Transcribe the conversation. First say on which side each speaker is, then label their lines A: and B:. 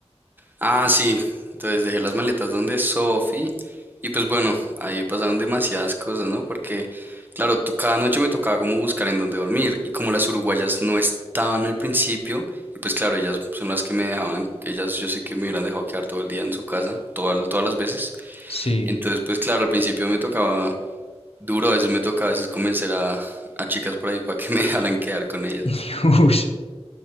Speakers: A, on the right (about 20°); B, on the left (about 65°).
A: Ah, sí. Entonces dejé las maletas donde Sophie. Y pues bueno, ahí pasaron demasiadas cosas, ¿no? Porque, claro, tú- cada noche me tocaba como buscar en dónde dormir. Y como las uruguayas no estaban al principio, y pues claro, ellas son las que me dejaban, ellas yo sé que me hubieran dejado quedar todo el día en su casa, todas todas las veces.
B: Sí,
A: Entonces, pues claro, al principio me tocaba duro, a veces me tocaba a veces convencer a, a chicas por ahí para que <laughs> me dejaran quedar con ellas.
B: <laughs> Ush.